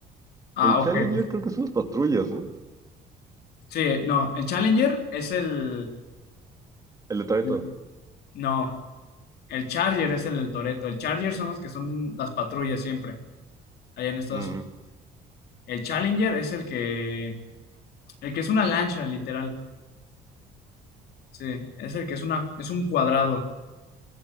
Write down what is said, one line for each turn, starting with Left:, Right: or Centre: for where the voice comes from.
Left: Ah,
Right: El Challenger
Left: ok.
Right: creo que son las patrullas, ¿no?
Left: Sí, no, el Challenger es el,
Right: El de Toreto.
Left: el- No, el Charger es el del Toretto. El Charger son los que son las patrullas siempre, allá en Estados
Right: Ujú,
Left: Unidos. El Challenger es el que... El que es una lancha, literal. Sí, es el que es una... Es un cuadrado.